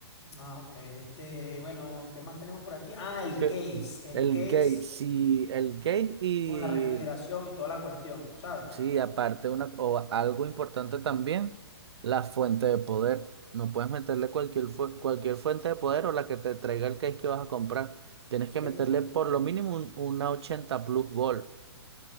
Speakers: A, on the left; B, on the right.
A: Ah, ok. Este, bueno, ¿qué más tenemos por aquí? Ah, el
B: Que,
A: case, el
B: el
A: case
B: gay, sí, el gay y,
A: con la refrigeración y toda la cuestión, ¿sabes?
B: sí, aparte una, o algo importante también, la fuente de poder. No puedes meterle cualquier, fu- cualquier fuente de poder o la que te traiga el case que vas a comprar. Tienes que
A: Eh,
B: meterle por lo mínimo un- una 80 plus volt